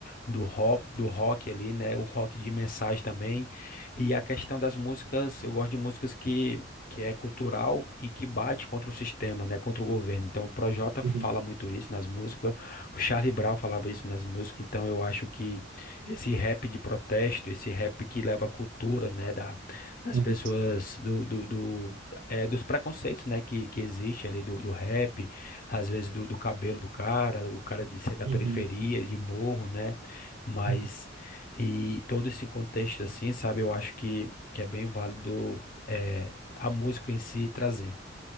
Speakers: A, on the left; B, on the right.
A: do rock, do rock ali, né? O rock de mensagem também. E a questão das músicas, eu gosto de músicas que que é cultural e que bate contra o sistema, né? Contra o governo. Então, o Projota
B: uhum,
A: fala muito isso nas músicas, o Charlie Brown falava isso nas músicas, então eu acho que esse rap de protesto, esse rap que leva a cultura, né, da, das
B: uhum.
A: pessoas, do, do, do- é, dos preconceitos, né, que, que existe ali do, do rap, às vezes do, do cabelo do cara, o cara de ser da
B: Uhum,
A: periferia, de morro, né, mas,
B: uhum,
A: e todo esse contexto assim, sabe, eu acho que, que é bem válido é, a música em si trazer.